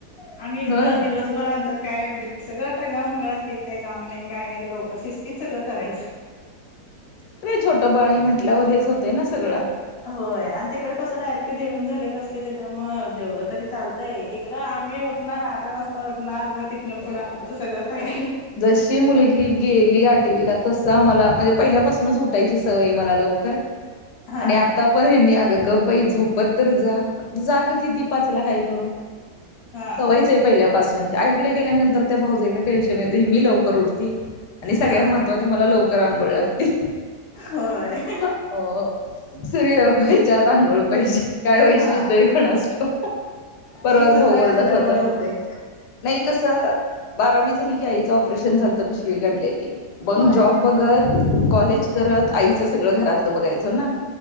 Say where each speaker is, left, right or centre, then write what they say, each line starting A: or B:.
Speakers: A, on the left; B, on the left.
A: आणि
B: होय
A: दिवसभर आमच्या का हे सगळं टंगळमंगळ की काय काम नाही काय नाही लवकर शिस्तीत सगळं करायचं.
B: आपलं छोटं बाळी म्हटल्यावर हेच होते ना सगळं.
A: होय आणि तिकडे कसं डायरेक्ट जेवण झालेलं असते त्याच्यामुळ जेवलं तरी चाल इकडे आम्ही उठणार आठ वाजता तिथंन
B: नाही
A: पुढं आमचं
B: नाही.
A: सगळं तयार
B: जशी मुलगी गेली आठवीला तस आम्हाला म्हणजे पहिल्यापासूनच उठायची होय मला लवकर
A: हा
B: आणि आता पण ह्यांनी गप बई झोपत तर जा जागच य ती पाचला काय करू
A: हा
B: सवयचं आहे पहिल्या पासून तिकडेे गेल्यानंतर त्या भाऊजई टेन्शन येत मी लवकर उटति आणि सगळ्यात
A: हा
B: महत्त्वाची करांगोळ लागती.
A: होय.
B: हो सूर्य उगवायच्या आत आंघोळ पाहिजे काय वैशिष्ट्य
A: हा
B: आहे कोणास ठाऊ परवाच
A: ते सवय
B: भाऊ ओरडत
A: असल्यामुळे
B: होता.
A: होते
B: नाही कस बारावी झाली की आईचं ऑपरेशन झालत पिशवी काढलेली मग
A: होय
B: जॉब बघत, कॉलेज करत आईच सगळं घरातलं बघायचं ना.